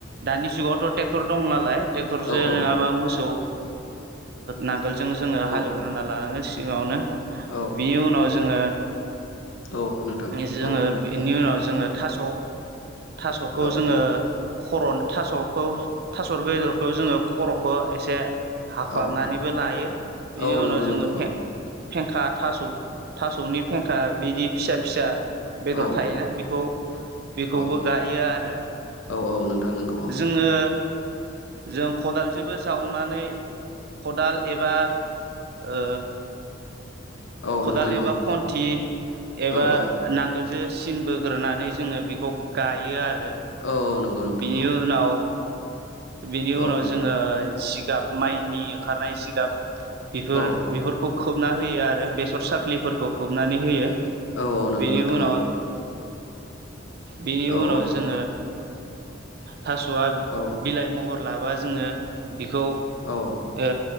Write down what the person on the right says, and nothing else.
दानि जुगावथ' ट्रेक्टर दं नालाय ट्रेक्टरजो
नङाबा मोसौ ओ नांगोलजों जोङो हालेवग्रोना
लानांगोन सिगावनो
बिनि उनाव जोङो
जोङो
बेनि उनाव जोङो जोङो थास' थास'खौ
जोङो खर' थास'खौ थास' बेदरखौ जोङो खर'खौ एसे हाख्लाबनानैबो
लायो बिनि
उनाव
जोङो
फें
फेंखा थास' थास'नि फेंखा बिदि फिसा फिसा बेदर
थायोना बेखौ बेखौबो
गायो आरो
जोङो जों खदालजोंबो जावनानै खदाल एबा ओ
खदाल
एबा
खन्थि एबा
नांगोल जो‌सिन बोग्रोनानै जोङो बेखौ गायो आरो
बिनि
उनाव बेनि उनाव
जोङो जिगाब माइनि ओंखारनाय जिगाब बेफोर
बेफोरखौ खोबना होयो आरो बेसर साख्लिफोरखौ खोबनानै होयो
बेनि
उनाव
बेनि
उनाव जोङो थास'आ
बिलाइ महर लाबा जोङो बिखौ
ओ